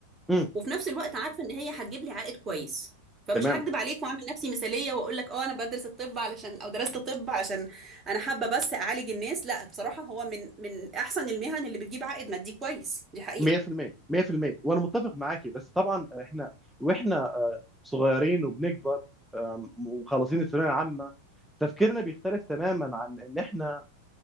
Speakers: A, in the centre; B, on the right.
A: مم،
B: وفي نفس الوقت عارفة إن هي هتجيب لي عائد كويس فمش
A: تمام
B: هكدب عليك وأعمل نفسي مثالية وأقول لك أه أنا بدرس الطب علشان أو درست الطب علشان أنا حابة بس أعالج الناس لا بصراحة هو من من أحسن المهن اللي بتجيب عائد مادي كويس دي حقيقة
A: 100% 100% وانا متفق معاكي بس طبعا احنا واحنا آه، صغيرين وبنكبر آم، وخلصين الثانويه العامه تفكيرنا بيختلف تماما عن ان احنا